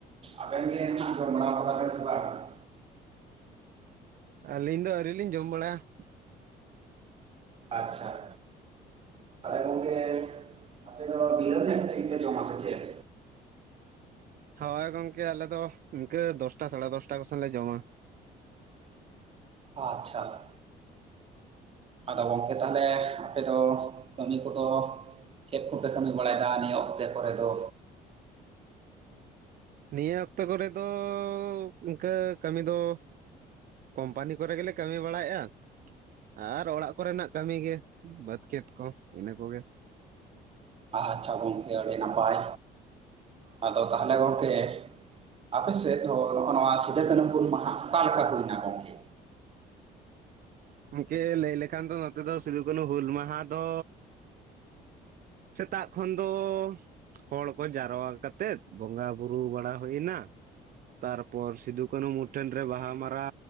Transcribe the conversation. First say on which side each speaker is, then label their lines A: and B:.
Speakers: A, on the right; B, on the right.
A: ᱟᱵᱮᱱ ᱜᱮ ᱮᱱᱦᱟᱜ ᱡᱚᱢ ᱵᱟᱲᱟᱣ ᱠᱮᱫᱟ ᱵᱤᱱ ᱥᱮ ᱵᱟᱸᱝ?
B: ᱟᱹᱞᱤᱧ ᱫᱚ ᱟᱹᱣᱨᱤ ᱞᱤᱧ ᱡᱚᱢ ᱵᱟᱲᱟᱭᱟ ᱾
A: ᱟᱪᱪᱷᱟ! ᱛᱟᱦᱞᱮ ᱜᱚᱝᱠᱮ ᱾ ᱟᱯᱮ ᱫᱚ, <unintelligible> ᱥᱮ ᱡᱚᱢᱟ ᱥᱮ ᱪᱮᱫ?
B: ᱦᱳᱭ, ᱜᱚᱝᱠᱮ, ᱟᱞᱮᱫ ᱫᱚ, ᱤᱱᱠᱟᱹ ᱫᱚᱥᱴᱟ, ᱥᱟᱲᱮ ᱫᱚᱥᱴᱟ ᱠᱚ, ᱥᱮᱱ ᱞᱮ ᱡᱚᱢᱟ ᱾
A: ᱟᱪᱪᱷᱟ ᱾ ᱟᱫᱚ ᱜᱚᱝᱠᱮ, ᱛᱟᱦᱟᱞᱮ ᱾ ᱟᱯᱮ ᱫᱚ, ᱠᱟᱹᱢᱤ ᱠᱚᱫᱚ, ᱪᱮᱫ ᱠᱚᱯᱮ ᱠᱟᱹᱢᱤ ᱵᱟᱲᱟ ᱭᱮᱫᱟ ᱾ ᱱᱤᱭᱟᱹ ᱚᱠᱛᱮ ᱠᱚᱨᱮ ᱫᱚ?
B: ᱱᱤᱭᱟᱹ ᱚᱠᱛᱚ ᱠᱚᱨᱮ ᱫᱚ, ᱤᱱᱠᱟᱹ ᱠᱟᱹᱢᱤ ᱫᱚ, ᱠᱚᱢᱯᱟᱱᱤ ᱠᱚᱨᱮ ᱜᱮᱞᱮ, ᱠᱟᱹᱢᱤ ᱵᱟᱲᱟᱭᱮᱼᱟᱜ, ᱟᱨ ᱚᱲᱟᱜ ᱠᱚᱨᱮᱱᱟᱜ ᱾ ᱠᱟᱹᱢᱤ ᱜᱮ ᱾ ᱵᱟᱹᱫᱽ ᱠᱷᱮᱛ ᱠᱚ, ᱤᱱᱟ ᱠᱚᱜᱮ ᱾
A: ᱟᱪᱪᱷᱟ, ᱜᱚᱢᱠᱮ ᱟᱹᱰᱤ ᱱᱟᱯᱟᱭ, ᱟᱫᱚ ᱛᱟᱦᱚᱞᱮ ᱜᱚᱢᱠᱮ, ᱟᱯᱮ ᱥᱮᱫ ᱫᱚ, ᱱᱚᱜᱼᱚᱭ ᱱᱚᱣᱟ, ᱥᱤᱫᱩ ᱠᱟᱹᱱᱦᱩ ᱦᱩᱞ ᱢᱟᱦᱟ ᱾ ᱚᱠᱟ ᱞᱮᱠᱟ ᱦᱩᱭᱱᱟ ᱾ ᱜᱚᱝᱠᱮ?
B: ᱜᱚᱝᱠᱮ, ᱞᱟᱹᱭ ᱞᱮᱠᱷᱟᱱ ᱫᱚ, ᱱᱚᱛᱮ ᱫᱚ, ᱥᱤᱫᱩ ᱠᱟᱹᱱᱦᱩ ᱦᱩᱞ, ᱢᱟᱦᱟ ᱫᱚ, ᱥᱮᱛᱟᱜ ᱠᱷᱚᱱ ᱫᱚ, ᱦᱚᱲ ᱠᱚ, ᱡᱟᱣᱨᱟ ᱠᱟᱛᱮᱜ, ᱵᱚᱸᱜᱟ ᱵᱩᱨᱩ ᱵᱟᱲᱟ, ᱦᱩᱭ ᱮᱱᱟ ᱾ ᱛᱟᱨᱯᱚᱨ ᱥᱤᱫᱩ, ᱠᱟᱹᱱᱦᱩ, ᱢᱩᱴᱷᱟᱹᱱ ᱨᱮ, ᱵᱟᱦᱟ ᱢᱟᱞᱟ